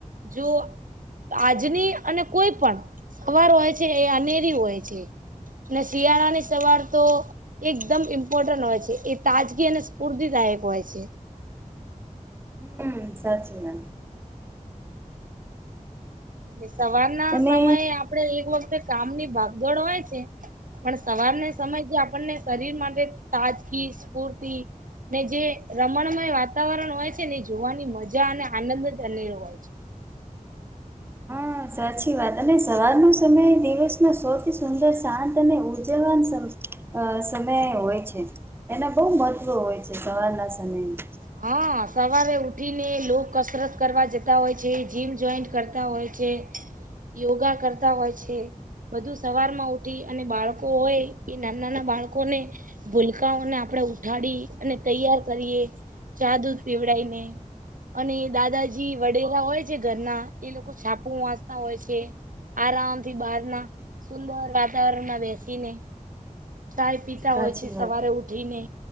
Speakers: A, on the right; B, on the right.
A: જો. આજની અને કોઈ પણ સવાર હોય છે, એ અનેરી હોય છે. ને શિયાળાની સવાર તો એકદમ ઇમ્પોર્ટન્ટ હોય છે. તાજગી અને સ્ફૂર્તિદાયક હોય છે.
B: હમ સાચી વાત.
A: એટલે સવાર ના
B: અને
A: સમયે આપડે એક વખતે કામની ભાગ દોડવાય છે. પણ સવારને સમય જે આપણને શરીર માટે તાજગી સ્ફૂર્તિ. ને જે રમણમય વાતાવરણ હોય છે, ને એ જોવાની મજા અને આનંદ અનેરો હોય છે.
B: હા, સાચી વાત અને સવાર નો સમય દિવસ ના સૌથી સુંદર શાંત અને ઉજવવાન સમય. અ સમય હોય છે, એના બહુ મહત્વ હોય છે સવારના સમય.
A: હા, સવારે લોકો કસરત કરવા જતા હોય છે. જીમ જોઈન કરતા હોય. જે યોગા કરતા હોય છે. બધું સવાર માં ઉઠી અને બાળકો હોય એ નાના નાના બાળકોને. ભૂલકાઓને આપણેે ઉઠાડી અને તૈયાર કરીએ ચા દૂધ પીવડી ને. અને દાદાજી વડેલા હોય છે ઘરના એ લોકો છાપુ વાચતા હોય છે. આરામથી બહારના સુંદર વાતાવરણમાં બેસીને ચાય પીતા
B: સાચી
A: હોય છે સવારે
B: વાત
A: ઉઠીને